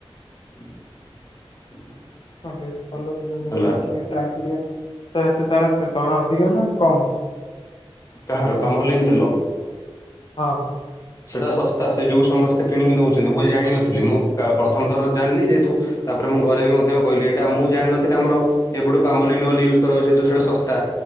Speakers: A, on the left; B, on the left.
A: <inaudible>
B: ହଁ ବେଶ ଭଲ ମୁଁ
A: ହେଲା।
B: ବି ଦେଖିବା ଟ୍ରାଏ କରିବା ତ ତାର ଡର ଅଧିକା ହେଲା କମ
A: କାହାର ପାମଲିନ୍ ତେଲ।
B: ହଁ
A: ସେଇଟା ଶସ୍ତା ସେ ଯୋଉ ସମସ୍ତେ କିଣିକି ନେଉଛନ୍ତି ମୁଁ ଜାଣିନଥିଲି ମୁଁ ପ୍ରା ପ୍ରଥମ ଥର ଜାଣିଲି ଯେହେତୁ ତାପରେ ମୁଁ ଘରେ ବି ମଧ୍ୟ କହିଲି ଏଇଟା ମୁଁ ଜାଣିନଥିଲି ଆମର ଏବେଟଠୁ ପାମୋଲିଲିନଲ୍ ୟୁଜ୍ କରାଉଛି ଯେହତୁ ସେଟା ଶସ୍ତା